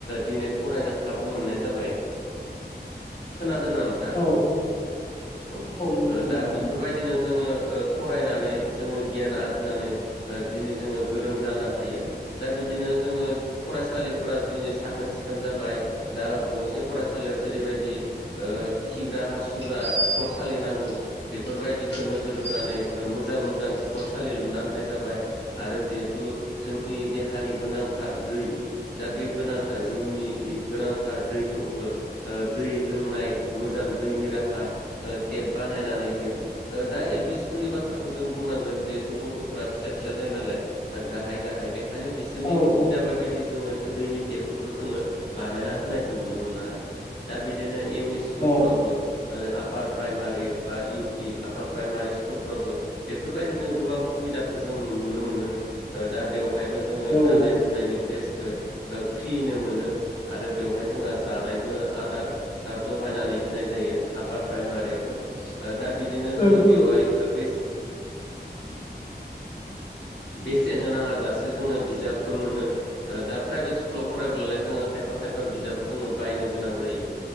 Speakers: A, on the left; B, on the left.
A: दिनै फरायनो खाबु मोननाय जाबाय । खोनादोंना नोंथां।
B: औ औ
A: औ
B: नंगौ नोंथां
A: दा बेफोर
B: नंगौ
A: बायदिनो जोङो फरायनानै जोङो गियान आरजिनानै दिनै जोङो गोरों जानो हायो दा बिदिनो जोङो फरायसालिफोरा दिनै साखोन सिखोन। सिखोन जाबाय दा गंसे फरायसालियाव जेरै बायदि खिग्रा हासुग्रा खिखर सालि नांगौ बेफोरबायदिखौ नोजोर बोनानै मोजां मोजां खिखरसालि लुना होनाय जाबाय आरो जिहेथु जोंनि देहानि मानि गोनांथार दै दा बे गोनांथार जिउनि गोनांथार दैखौबो दै लोंनाय मोजां दैनि राहा थेब बानायनानै होयो दा एल स्कुलनि बाथ्राखौ जों बुंनांगोन जिहेथु गथ'फोरा फिसा फिसा। गाहाय गाहाय बेखायनो बिसोरनि
B: औ औ
A: सुबिदा बायदि। जोङो दैनि टेपखौबो जोङो बानायना होनायखौ नुनो मोनो आरो। दा बिदिनो एम इ स्कुलफोरावबो
B: औ
A: आफार प्राइमारि बा इउ बि आफार प्राइमारि स्कुलफोरावबो बेफोर बायदिनो। गोबां सुबिदाखौ जों नुनो मोनो दा बेवहायबो जोङो
B: औ
A: गाननाय जोमनायनि फ्रियैनो मोनो आरो बेवहाय जोंहा जानायबो आदार। जगायनानै होनाय जायो आपार प्राइमारियावबो दा बिदिनो
B: नंगौ
A: जोङो बेवहाय
B: नोंथां
A: बे बेसेन होनाङा जासे जोङो बिजाबबो मोनो ओ दा प्राइभेट स्कुलाव फरायब्लालाय जोङो खायफा खायफा बिजाबखौ जोङो बायनो गोनां जायो